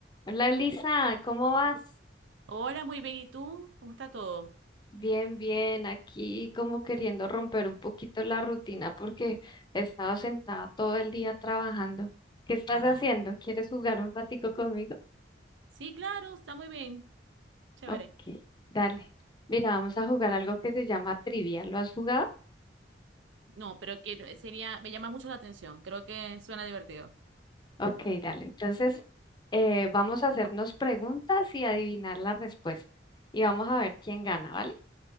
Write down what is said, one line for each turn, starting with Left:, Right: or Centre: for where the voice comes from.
Left: Hola Elisa, ¿cómo vas?
Right: Hola, muy bien. ¿Y tú? ¿Cómo está todo?
Left: Bien, bien, aquí como queriendo romper un poquito la rutina porque he estado sentada todo el día trabajando. ¿Qué estás
Right: Ah,
Left: haciendo? ¿Quieres jugar un ratico conmigo?
Right: sí, claro, está muy bien. Chévere.
Left: Ok, dale. Mira, vamos a jugar algo que se llama trivia. ¿Lo has jugado?
Right: No, pero que sería, me llama mucho la atención. Creo que suena divertido.
Left: Ok, dale. Entonces, eh, vamos a hacernos preguntas y adivinar la respuesta. Y vamos a ver quién gana, ¿vale?